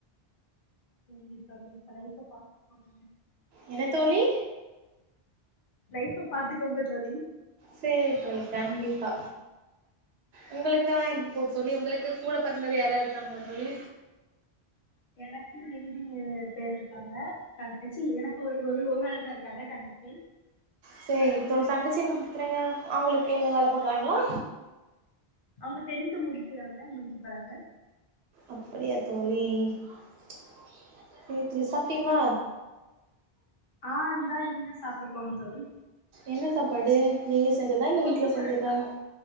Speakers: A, on the left; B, on the right.
A: கண்டிப்பா நீங்க லைஃப்ப பாத்துக்கோகங்க
B: என்ன தோழி
A: லைஃப்ப பாத்துக்கோங்க தோழி
B: சேரி தோழி கண்டிப்பா உங்களுக்கா எப்டி போது தோழி உங்களுக்கு கூட பெறந்தது யாராது இருக்காங்ளா தோழி
A: எனக்கு இரண்டு ஊ பேர் இருக்காங்க க அ ச்சி எனக்கு ஒரு ஒரு ஒரு ஆள்தா இருக்காங்க கங்கச்சி
B: சேரி உங் தங்கச்சி என்ன படிக்கிறாங்க அவங்களுக்கு என்ன வேல பாக்கறாங்களா
A: அவுங்க டென்த் முடிக்கிறாங்க முடிக்க போறாங்க
B: அப்டியா தோழி <unintelligible> சாப்ட்டீங்ளா
A: ஆ இந்தா இனிதா சாப்ட போணுன்னு தோழி
B: என்ன சாப்பாடு நீங்க செஞ்சதா இல்ல
A: கொத்து
B: வீட்ல
A: பரோட்டா
B: செஞ்சதா